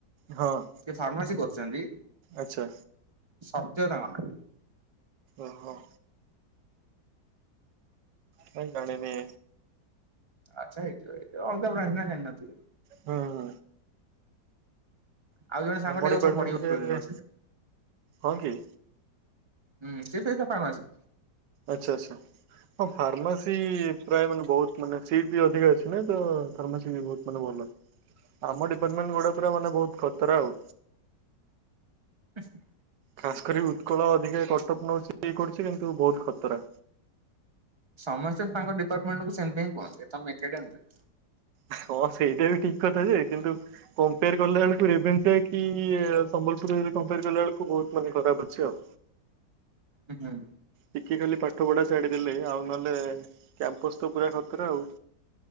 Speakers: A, on the right; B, on the right.
A: ହଁ।
B: ସେ ଫାର୍ମାସି କରୁଛନ୍ତି।
A: ଆଚ୍ଛା
B: ସତ୍ୟ ତାଙ୍କ ନାଁ।
A: ଓହୋ। କାଇଁ ଜାଣିନି।
B: ଆଚ୍ଛା ହେଇଥିବ ଅଲଗା ବ୍ରାଣ୍ଡ ନା ଯାଣିନଥିବେ।
A: ହଁ ହଁ।
B: ଆଉ ଜଣେ ସାଙ୍ଗଟେ
A: ଆମ
B: ଏ
A: ଡିପାର୍ଟମେଣ୍ଟରେ
B: ବର୍ଷ ପଢିବ ଉତ୍କଳ ୟୁନିଭରସିଟିରେ
A: ହଁ କି?
B: ହୁଁ ସେ ସେଇ ଫାରମାସି।
A: ଆଚ୍ଛା ଆଚ୍ଛା। ହଁ ଫାର୍ମାସି ପ୍ରାୟ ମାନେ ବହୁତ ମାନେ ସିଟ ବି ଅଧିକା ଅଛି ନା ତ ଫାର୍ମାସି ବି ବହୁତ‌ ମାନେ ଭଲ ଆମ ଡିପାର୍ଟମେଣ୍ଟ ଗୁଡା ପୁରା ମାନେ ବହୁତ ଖତରା ଆଉ।
B: ଆ <unintelligible>
A: ଖାସ୍ କରି ଉତ୍କଳ ଅଧିକା କଟକ ନଉଚି ଇଏ କରୁଚି କିନ୍ତୁ ବହୁତ ଖତରା।
B: ସମସ୍ତେ ତାଙ୍କ ଡିପାର୍ଟମେଣ୍ଟ କୁ ସେମିତି ହିଁ କୁହନ୍ତି ତମେ ଏକାଟିଆ ନୁହେଁ।
A: ହଁ ସେଇଟା ବି ଠିକ କଥା ଯେ କିନ୍ତୁ କମ୍ପେୟାର କଲା ବେଳକୁ ରେଭେନସା କି ସମ୍ବଲପୁରରେ କମ୍ପେୟାର କଲା ବେଳକୁ ବହୁତ ମାନେ ଖରାପ ଅଛି ଆଉ।
B: ଆଜ୍ଞା।
A: ଟିକେ ଖାଲି ପାଠପଢ଼ା ଛାଡ଼ିଦେଲେ ଆଉ ନହେଲେ କ୍ୟାମ୍ପସ୍ ତ ପୁରା ଖତରା ଆଉ।